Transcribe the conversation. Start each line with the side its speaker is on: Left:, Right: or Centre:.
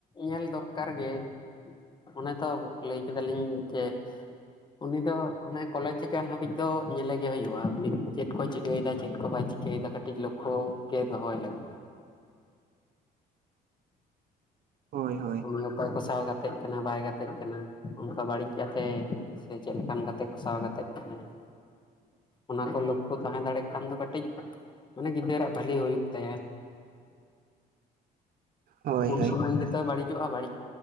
Left: ᱧᱮᱞ ᱫᱚᱨᱠᱟᱨ ᱜᱮ᱾ ᱚᱱᱮ ᱛᱚ ᱞᱟᱹᱭ ᱠᱮᱫᱟᱞᱤᱧ ᱡᱮ ᱼᱼ ᱩᱱᱤ ᱫᱚ ᱢᱟᱱᱮ ᱠᱚᱞᱮᱡᱽ ᱪᱤᱠᱟᱱ ᱦᱟᱹᱵᱤᱡ ᱫᱚ ᱧᱮᱞᱮ ᱜᱮ ᱦᱩᱭᱩᱜᱜᱼᱟ ᱩᱱᱤ ᱪᱮᱫ ᱠᱚ ᱪᱤᱠᱟᱹ ᱪᱤᱠᱟᱹᱭᱮᱫᱟ ᱪᱮᱫ ᱠᱚ ᱵᱟᱭ ᱪᱤᱠᱟᱹᱭᱮᱫᱟ ᱠᱟᱹᱴᱤᱡ ᱞᱚᱠᱠᱷᱚ ᱜᱮ ᱫᱚᱦᱚᱭ ᱞᱟᱜᱟ
Right: <inaudible>
Left: ᱼᱼ
Right: ᱦᱳᱭ ᱦᱳᱭ
Left: ᱩᱱᱤ ᱚᱠᱚᱭ ᱠᱚ ᱥᱟᱶᱟᱣ ᱜᱟᱛᱮᱜ ᱠᱟᱱᱟ ᱵᱟᱭ ᱜᱟᱛᱮᱜ ᱠᱟᱱᱟ ᱚᱱᱠᱟ ᱵᱟᱹᱲᱤᱡ ᱜᱟᱛᱮ᱾ ᱥᱮ ᱪᱮᱫ ᱞᱮᱠᱟᱱ ᱜᱟᱛᱮ ᱠᱚᱥᱟᱣ ᱜᱟᱛᱮᱜ ᱠᱟᱱᱟᱭ
Right: <inaudible>
Left: ᱚᱱᱟ ᱠᱚ ᱞᱚᱠᱠᱷᱚ ᱛᱟᱦᱮᱸ ᱫᱟᱲᱮ ᱠᱷᱟᱱ ᱫᱚ ᱠᱟᱹᱴᱤᱡ ᱼᱼ ᱢᱟᱱᱮ ᱜᱤᱫᱽᱟᱹᱨᱟᱜ ᱵᱷᱟᱞᱤ ᱦᱩᱭᱩᱜ ᱛᱟᱭᱟ
Right: ᱦᱳᱭ
Left: ᱩᱱ
Right: ᱦᱳᱭ
Left: ᱥᱚᱢᱚᱭ ᱜᱮ ᱻᱻ ᱛᱚᱭ ᱵᱟᱹᱲᱤᱡᱚᱜᱼᱟ ᱵᱟᱹᱲᱤᱡ